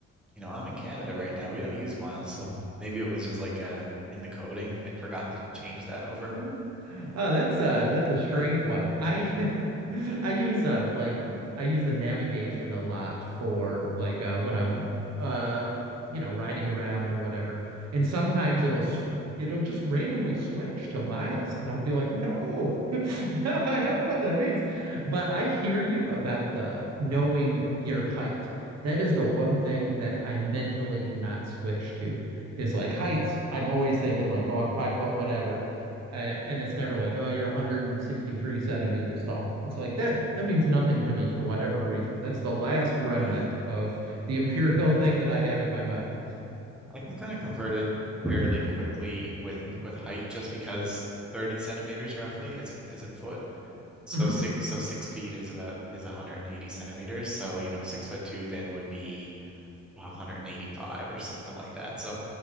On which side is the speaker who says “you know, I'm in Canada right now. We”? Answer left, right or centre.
Centre